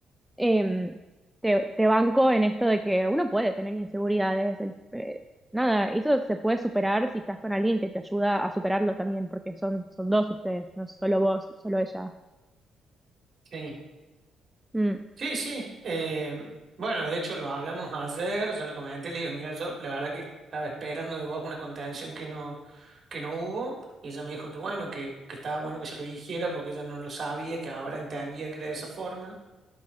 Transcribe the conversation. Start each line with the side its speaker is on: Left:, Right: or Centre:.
Centre: em, te, te banco en esto de que uno puede tener inseguridades. el- eh, nada, eso se puede superar si estás con alguien que te ayuda a superarlo también, porque son, son dos ustedes, no solo vos y solo ella.
Right: Sí.
Centre: Mm.
Right: Sí, sí. eh, bueno, de hecho lo hablamos ayer, yo le comenté, le digo, mira, yo la verdad que estaba esperando de vos una contención que no, que no hubo, y ella me dijo que bueno, que, que estaba bueno que yo lo dijera porque ella no lo sabía, que ahora entendía que era de esa forma.